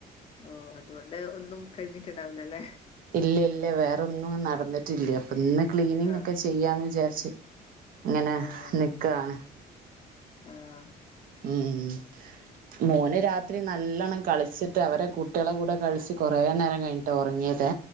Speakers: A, on the left; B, on the right.
A: ഓ അതുകൊണ്ട് ഒന്നും കഴ്ഞ്ഞിട്ടുണ്ടാവ് ല ലേ
B: ഇല്ല്യ ഇല്ല്യ വേറൊന്നും നടന്ന് ട്ടില്ല അപ്പൊ ന്ന് ക്ലീനിങ്
A: ആഹ്
B: ഒക്കെ ചെയ്യാന്ന് വിചാര്ച്ച് ങ്ങനെ
A: ആഹ്
B: നിക്കാണ്.
A: ആഹ്
B: ഉം മോന് രാത്രി നല്ലണം കളിച്ച് ട്ട് അവരെ കുട്ടിളെ കൂടെ കളിച്ച് കൊറേ നേരം കഴിഞ്ഞിട്ടാ ഒറങ്ങിയതേ